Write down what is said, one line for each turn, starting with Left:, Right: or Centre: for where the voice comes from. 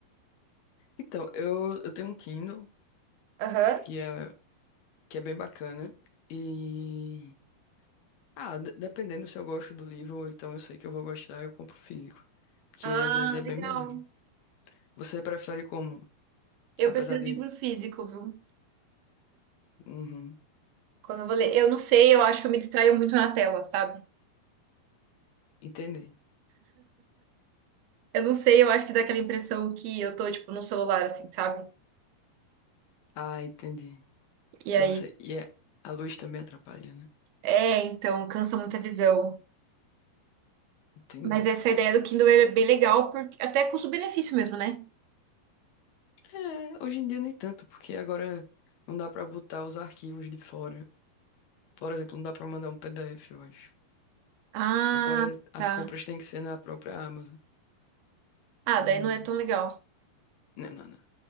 Left: Então, eu, eu tenho um Kindle
Right: Aham.
Left: que é, que é bem bacana e... Ah, de- dependendo se eu gosto do livro ou então eu sei que eu vou gostar, eu compro físico. Porque
Right: Ah,
Left: às vezes é bem
Right: legal.
Left: melhor. Você prefere como?
Right: Eu
Left: Apesar
Right: prefiro
Left: de...
Right: livro físico, viu?
Left: Uhum,
Right: Quando eu vou ler. Eu não sei, eu acho que eu me distraio muito na tela, sabe?
Left: entendi.
Right: Eu não sei, eu acho que dá aquela impressão que eu tô, tipo, no celular, assim, sabe?
Left: Ah, entendi.
Right: E
Left: Nossa,
Right: aí.
Left: e é- a luz também atrapalha, né?
Right: É, então, cansa muito a visão.
Left: Entendi.
Right: Mas essa ideia do Kindle é bem legal, porque até custo-benefício mesmo, né?
Left: É, hoje em dia nem tanto, porque agora não dá pra botar os arquivos de fora. Por exemplo, não dá pra mandar um PDF, eu acho.
Right: Ah,
Left: Agora as
Right: tá.
Left: compras têm que ser na própria Amazon.
Right: Ah,
Left: E.
Right: daí não é tão legal.
Left: Não, não, não.